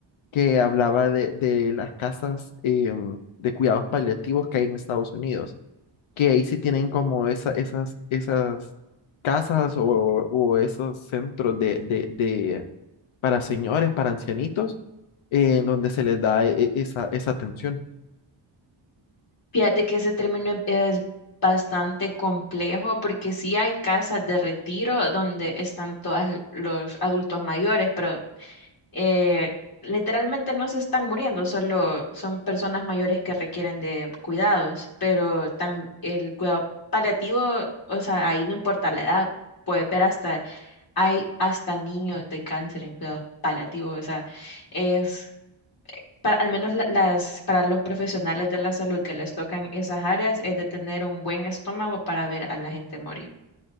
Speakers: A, on the left; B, on the left.
A: que hablaba de, de las casas em, de cuidados paliativos que hay en Estados Unidos, que ahí sí tienen como esa, esas, esas casas o, o esos centros de, de, de, para señores, para ancianitos, eh, en donde se les da e- e- esa, esa atención.
B: Fíjate que ese término es bastante complejo porque sí hay casas de retiro donde están todos los adultos mayores, pero eh, literalmente no se están muriendo, solo son personas mayores que requieren de cuidados, pero tam- el cuidado paliativo, o sea, ahí no importa la edad, puedes ver hasta, hay hasta niños de cáncer en cuidados paliativos, o sea, es para, al menos la- las, para los profesionales de la salud que les tocan esas áreas, es de tener un buen estómago para ver a la gente morir.